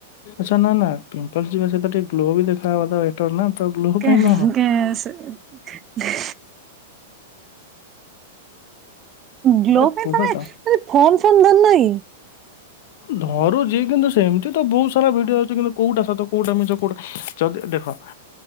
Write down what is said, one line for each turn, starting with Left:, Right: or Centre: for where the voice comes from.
Left: ଆଛା ନା ନା ପିମ୍ପଲ୍ସ ଯିବା ସହିତ ଟିକେ ଗ୍ଲୋ ବି ଦେଖା ହବା ତ ମ୍ୟାଟର ନା ତ ଗ୍ଲୋ
Right: କେସ
Left: ପାଇଁ କଣ
Right: କେସ ହି ଗ୍ଲୋ
Left: ଆରେ
Right: ପାଇଁ
Left: କୁହ
Right: ତମେ
Left: ତ
Right: ଫମ ଚନ୍ଦନ ନାହିଁ।
Left: ଧରୁଛି କିନ୍ତୁ ସେମିତି ତ ବହୁତ ସାରା ଭିଡିଓ ଅଛି କିନ୍ତୁ କୋଉଟା ସତ କୋଉଟା ମିଛ କୋଉଟା ଯଦି ଦେଖ